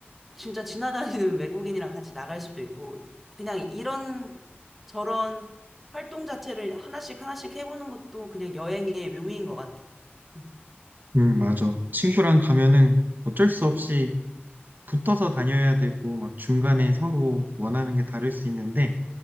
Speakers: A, in the centre; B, on the right (about 50°).
A: 진짜 지나다니는 외국인이랑 같이 나갈 수도 있고, 그냥 이런 저런 활동 자체를 하나씩 하나씩 해보는 것도 그냥 여행의 묘미인 것 같아. 응.
B: 음, 맞아. 친구랑 가면은 어쩔 수 없이 붙어서 다녀야 되고, 막 중간에 서로 원하는 게 다를 수 있는데,